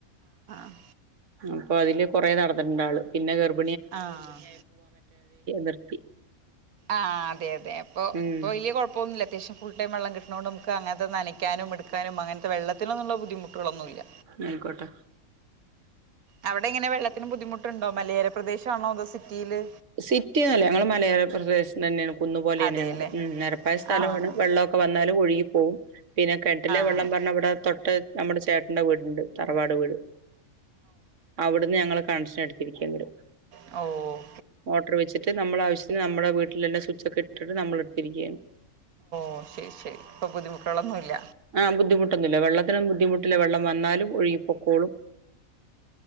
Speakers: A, on the right (about 85°); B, on the right (about 60°).
A: ആ
B: അപ്പൊ അതില് കൊറേ നടന്നിട്ടുണ്ട് ആള് പിന്നെ ഗർ -
A: ആഹ്
B: നിർത്തി
A: ആഹ് അതെ അതെ പ്പോ
B: ഉം
A: ഇപ്പോ വെല്യ കോഴപ്പോന്നില്ല അത്യാവശ്യം ഫുൾ ടൈം വെള്ളം കിട്ട്ണോണ്ട് നമുക്ക് അങ്ങൻത്തെ ന്നനക്കാന്നും ഇട്ക്കാനും അങ്ങൻത്തെ വെള്ളത്തിലൊന്നുള്ള ബുദ്ധിമുട്ടുകളൊന്നും ഇല്ല
B: ന്നാ അയ്ക്കോട്ടെ
A: അവിടെങ്ങനെ വെള്ളത്തിന് ബുദ്ധിമുട്ട്ണ്ടോ? മലയോര പ്രദേശാണോ അതോ സിറ്റിയില്
B: സിറ്റി ന്നോല്ല ഞങ്ങള് മലയോര പ്രദേശം തന്നെണ് കുന്ന് പോലേണ്
A: അതെല്ലേ
B: ഞങ്ങള് ഉം നെരപ്പായ
A: മഴ
B: സ്ഥലാണ് വെള്ളൊക്കെ വന്നാലും ഒഴുകി പോകും പിന്നെ കെൻട്ടിലെ വെള്ളം
A: പിന്നെ
B: ന്നവിടെ തൊട്ട് നമ്മടെ ചേട്ടന്റെ വീട്ണ്ട് തറവാട് വീട് അവിട്ന്ന് ഞങ്ങള് ക <unintelligible>
A: ഓ
B: മോട്ടർ വെച്ചിട്ട് നമ്മളെ ആവശ്യത്തിന് നമ്മടെ വീട്ടിലുള്ള സ്വിച്ചൊക്കെ ഇ ഇട്ട്ട്ട് നമ്മളെടുത്തിരിക്ക്യണ്
A: ഓ ശെരി ശെരി അപ്പൊ ബുദ്ധിമുട്ടുകളൊന്നുല്ല
B: ആഹ് ബുദ്ധിമുട്ടൊന്നുല്ല വെള്ളത്തിനും ബുദ്ധിമുട്ടില്ല വെള്ളം വന്നാലും ഒഴുകി പൊക്കോളും